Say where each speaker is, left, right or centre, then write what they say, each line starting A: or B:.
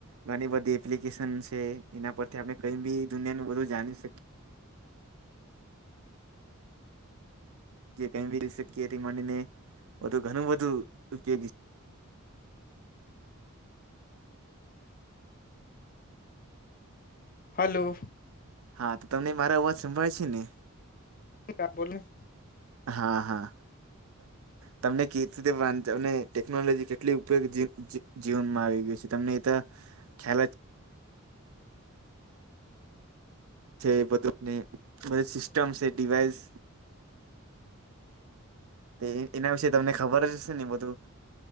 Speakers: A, on the right; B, on the left.
A: ઘણી બધી એપ્લિકેશન છે એના પરથી આપણે કઈ બી દુનિયાનું બધું જાણી શકીએ. કે કઈ બી રિ શકયથી માડી ને બધું ઘણું બધું ઉપયોગી છે.
B: હલો.
A: હા તો તમને મારો અવાજ સંભાળે છે ને?
B: ક બોલને.
A: હા હા તમને કે રીતે તમને ટેકનોલોજી કેટલી ઉપયોગ જીવનમાં આવી ગયું છે તમને એતા ખ્યાલ જ છે એ બધુંને બધ સિસ્ટમ છે ડિવાઈસ તે એના વિશેે તમને ખબરજ હશે ને બધું